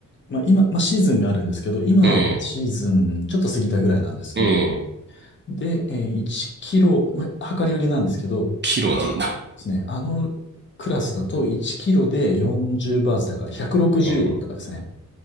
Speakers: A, on the left; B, on the right.
A: まあ今、まあシーズンがあるんですけど、今、
B: ええ、
A: シーズンちょっと過ぎたぐらいなんですけど、
B: ええ、
A: で、えー1キロ、まあ、量り売りなんですけど、で
B: キロなんだ。
A: すね、あのクラスだと1キロで40バーツだから160円とかですね。
B: うん、は